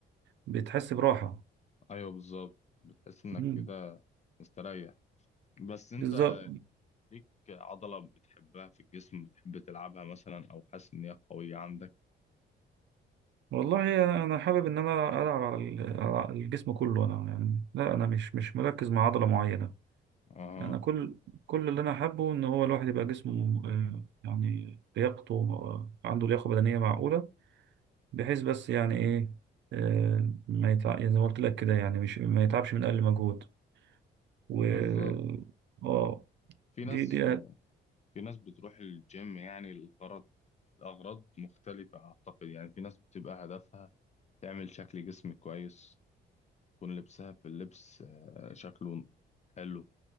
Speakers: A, on the right; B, on the left.
A: وبتحس براحة
B: ايوه بالظبط بتحس انك
A: مم،
B: كده مستريح بس انت
A: بالظبط
B: ليك عضلة بتحبها في الجسم بتحب تلعبها مثلا او حاسس ان هي قوية عندك
A: والله انا حابب ان انا العب على ال- على الجسم كله انا يعني لا انا مش مش مركز مع عضلة معينة
B: اه
A: انا كل كل اللي انا حابه ان هو الواحد يبقى جسمه آه، يعني لياقته آه، عنده لياقة بدنية معقولة بحيث بس يعني ايه آه، ما يتع... يعني زي ما قلت لك كده يعني مش ما يتعبش من اقل مجهود و
B: بالظبط
A: اه
B: في ناس
A: دي دي
B: في ناس بتروح الجيم يعني الغرض الاغراض مختلفة اعتقد يعني في ناس بتبقى هدفها تعمل شكل جسم كويس يكون لبسها في اللبس آه، شكله حلو